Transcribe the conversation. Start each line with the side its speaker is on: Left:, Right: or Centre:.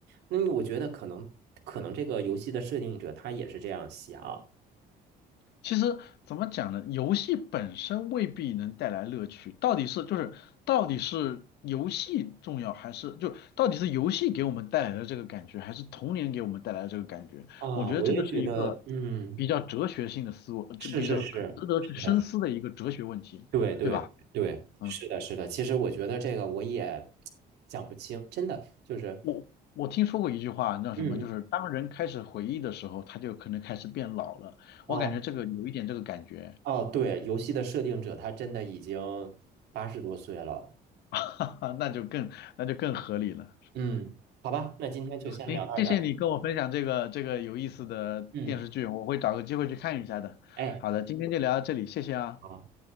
Right: 那我觉得可能可能这个游戏的设定者他也是这样想
Left: 其实怎么讲呢？游戏本身未必能带来乐趣，到底是就是到底是游戏重要，还是就到底是游戏给我们带来的这个感觉，还是童年给我们带来的这个感觉？
Right: 啊，
Left: 我觉得这个是一个
Right: 我也觉得，嗯，
Left: 比较哲学性的思维，
Right: 是是是。
Left: 这比较可值得去深思的一个哲学问题，
Right: 是的，对对对，
Left: 对吧？嗯，
Right: 是的，是的。其实我觉得这个我也讲不清，真的就是，
Left: 我我听说过一句话，叫什么？
Right: 嗯，
Left: 就是当人开始回忆的时候，他就可能开始变老了。
Right: 啊，
Left: 我感觉这个有一点这个感觉，
Right: 哦，对，游戏的设定者他真的已经八十多岁了。
Left: <laughs> 哈哈，那就更那就更合理了。
Right: 嗯，好吧，那今天就先聊到这儿。
Left: <laughs> 行，谢谢你跟我分享这个这个有意思的电视剧，
Right: 嗯，
Left: 我会找个机会去看一下的。
Right: 哎，
Left: 好的，今天就聊到这里，谢谢啊。
Right: 好。